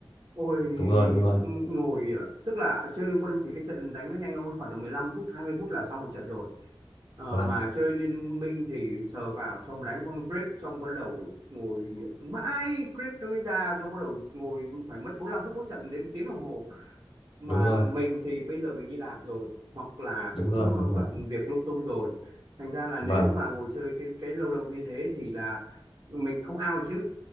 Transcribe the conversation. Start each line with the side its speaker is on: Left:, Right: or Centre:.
Right: Ôi
Left: đúng rồi đúng rồi
Right: ngồi à, tức là chơi Liên Quân thì cái trận đánh nó nhanh hơn khoảng tầm mười lăm phút 20 phút là xong một trận rồi Ờ,
Left: vâng
Right: mà chơi Liên Minh thì sờ vào xong đánh con creep xong bắt đầu ngồi mãi creep nó mới ra xong bắt đầu ngồi phải mất bốn lăm phút có trận đến một tiếng đồng hồ mà
Left: đúng rồi
Right: mình thì bây giờ mình đi làm rồi hoặc là
Left: đúng
Right: cũng
Left: rồi
Right: ờ,
Left: đúng
Right: bận
Left: rồi
Right: việc lung tung rồi thành ra là nếu
Left: vâng
Right: mà ngồi chơi cái cái lâu lâu như thế thì là mình không out được chứ